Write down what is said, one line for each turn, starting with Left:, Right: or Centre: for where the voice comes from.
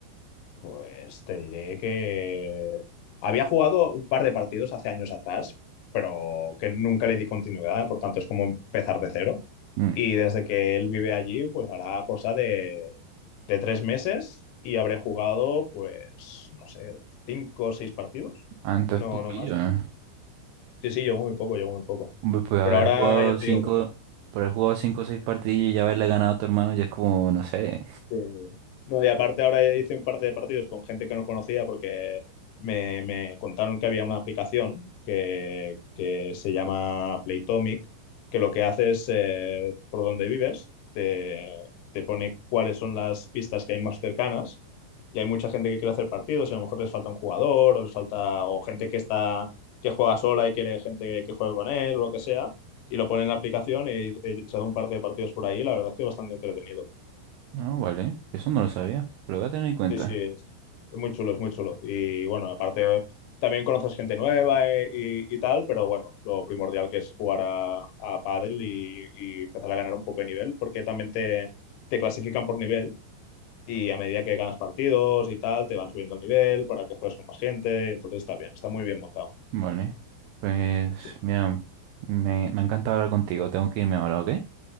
Left: Pues te diré que había jugado un par de partidos hace años atrás, pero que nunca le di continuidad, por tanto es como empezar de cero.
Right: Mm,
Left: Y desde que él vive allí, pues hará cosa de, de tres meses y habré jugado, pues, no sé, cinco o seis partidos.
Right: Ah, entonces
Left: No,
Right: poquillo,
Left: no más.
Right: ¿eh?
Left: Sí, sí, llevo muy poco, llevo muy poco.
Right: Hombre, pues haber
Left: Pero ahora
Right: jugado
Left: ya te
Right: cinco,
Left: digo, como
Right: por haber jugado cinco o seis partidos y ya haberle ganado a tu hermano ya es como, no sé.
Left: Eh, no, y aparte ahora hice un par de partidos con gente que no conocía porque me, me contaron que había una aplicación que, que se llama Playtomic, que lo que hace es, eh, por donde vives, te, te pone cuáles son las pistas que hay más cercanas. Y hay mucha gente que quiere hacer partidos y a lo mejor les falta un jugador o les falta o gente que está que juega sola y quiere gente que juegue con él o lo que sea y lo pone en la aplicación y he echado un par de partidos por ahí. La verdad es que es bastante entretenido.
Right: Ah, vale, eso no lo sabía, lo voy a tener en cuenta.
Left: Sí, sí, es es muy chulo, es muy chulo. Y bueno, aparte también conoces gente nueva eh, y, y tal, pero bueno, lo primordial que es jugar a, a pádel y, y empezar a ganar un poco de nivel, porque también te, te clasifican por nivel y a medida que ganas partidos y tal, te van subiendo el nivel para que juegues con más gente, entonces está bien, está muy bien montado.
Right: Vale. Pues,
Left: Sí.
Right: mira, me, me ha encantado hablar contigo. Tengo que irme ahora, ¿ok?